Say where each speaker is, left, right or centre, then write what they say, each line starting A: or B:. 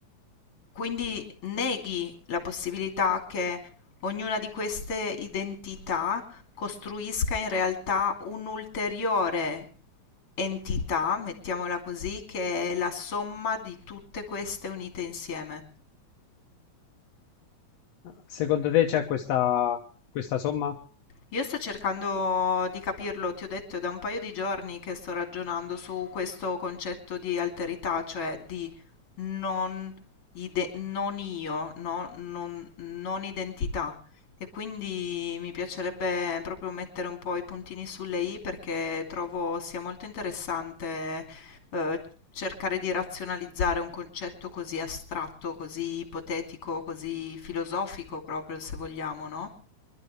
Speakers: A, on the left; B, on the left.
A: quindi neghi la possibilità che ognuna di queste identità costruisca in realtà un'ulteriore entità, mettiamola così, che è la somma di tutte queste unite insieme.
B: Secondo te c'è questa, questa somma?
A: Io sto cercando di capirlo, ti ho detto, è da un paio di giorni che sto ragionando su questo concetto di alterità, cioè di non, ide- non io, no? Non, non identità. E quindi mi piacerebbe proprio mettere un po' i puntini sulle i perché trovo sia molto interessante eh, cercare di razionalizzare un concetto così astratto, così ipotetico, così filosofico proprio, se vogliamo, no?